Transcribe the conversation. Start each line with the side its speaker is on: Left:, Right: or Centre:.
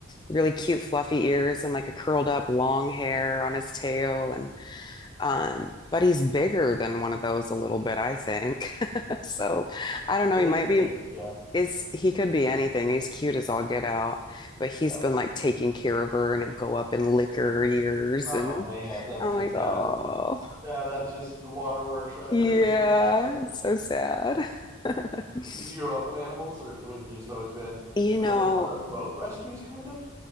Left: really cute fluffy ears and like a curled up long hair on his tail and um but he's bigger than one of those a little bit, I think. <laughs> So, I don't know,
Right: it
Left: he might
Right: is crazy.
Left: be
Right: Yeah,
Left: Is he could be anything. He's cute as all get out, but he's
Right: yeah.
Left: been like taking care of her and he'll go up and lick her ears
Right: Oh
Left: and
Right: man, that's
Left: I'm
Right: just
Left: like,
Right: gotta
Left: oh.
Right: yeah, that just is the waterworks right
Left: Yeah,
Right: there. There's no doubt about
Left: it's
Right: it.
Left: so sad. <laughs>
Right: Yeah. Did you grow up with animals, or was you just always been?
Left: You know,
Right: Are those, are those both rescues, kind of?